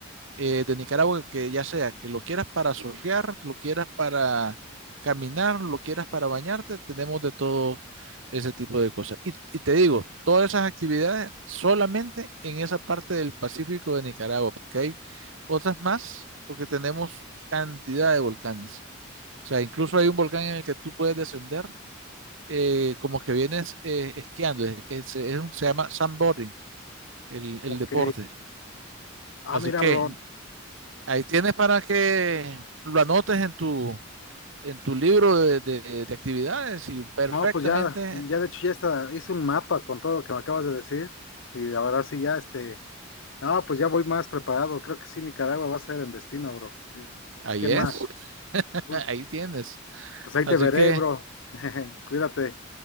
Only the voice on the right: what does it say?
eh, de Nicaragua que ya sea que lo quieras para surfear, lo quieras para caminar, lo quieras para bañarte, tenemos de todo ese tipo de cosas. Y, y te digo, todas esas actividades solamente en esa parte del Pacífico de Nicaragua, porque hay otras más, porque tenemos cantidad de volcanes. O sea, incluso hay un volcán en el que tú puedes descender eh, como que vienes eh, esquiando. Es- es- es un- se llama sandboarding, el, el
deporte.
Así
que
Ahí tienes para que lo anotes en tu, en tu libro de, de- de actividades y perfectamente
ahí
es.
<laughs>
Ahí tienes.
Así
que,